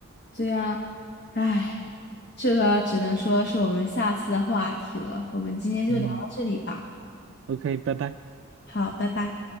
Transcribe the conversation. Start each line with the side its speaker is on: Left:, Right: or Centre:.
Left: 对呀，唉，这个只能说是我们下次的话题了。我们今天就聊到这里吧。
Right: 嗯，OK，拜拜。
Left: 好，拜拜。